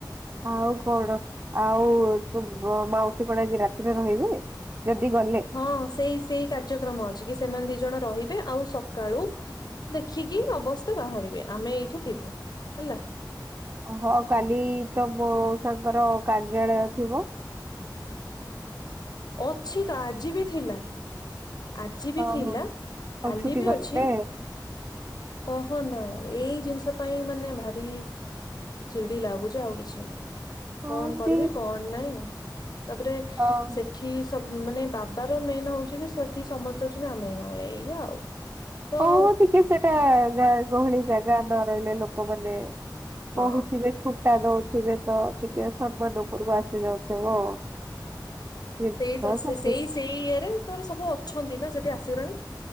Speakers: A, on the right; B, on the left.
A: ଆଉ କଣ ଆଉ ତୁ ମାଉସୀ କଣ ଆଜି ରାତିରେ ରହିବେ? ଯଦି ଗଲେ
B: ହଁ ସେଇ ସେଇ କାର୍ଯ୍ୟକ୍ରମ ଅଛି କି ସେମାନେ ଦି ଜଣ ରହିବେ ଆଉ ସକାଳୁ ଦେଖିକି ଅବସ୍ଥା ବାହାରିବେ ଆମେ ଏଇଠି ଥିବୁ ହେଲା।
A: ହଁ କାଲି ତ ମୋଉସାଙ୍କର କାର୍ଯ୍ୟାଳୟ ଥିବ?
B: ଅଛି ତ ଆଜି ବି ଥିଲା। ଆଜି ବି
A: ଓହୋ
B: ଥିଲା
A: ଆଉ
B: କାଲି
A: ଛୁଟି
B: ବି
A: କରିଲେ
B: ଅଛି। କହନା ଏଇ ଜିନିଷ ପାଇଁ ମାନେ ଭାରି ଚିଡି ଲାଗୁଚି ଆଉ କିଛି ନାହିଁ।
A: ହଁ
B: କଣ କରିବି
A: ଦି
B: କଣ ନାଇଁ ତାପରେ
A: ହଁ
B: ସେ ଠି ସବ ମାନେ ବାବାର ମେନ୍ ହଉଚି କି ସେଠି ସମସ୍ତେ ଅଛନ୍ତି ଆମେ ନାଉ ଏଇଆ ଆଉ। ତ
A: ହଁ ଟିକେ ସେଟା ଗାଁ ଗହଳି ଜାଗା ନ ରହିଲେ ଲୋକମାନେ
B: ହଁ
A: କହୁଥିବେ ଥୁଣ୍ଟା ଦଉଥିବେ ତ ଟିକେ ସମ୍ମାନଉପୁରୁକୁ ଆସି ଯାଉଥିବ। ଜିନିଷ
B: ସେଇ ତ ସେ
A: ସେତିକି
B: ସେଇ ସେଇ ଇଏରେ ତମ ସବୁ ଅଛନ୍ତି ନା ସେଠି ଆସିଗଲେଣି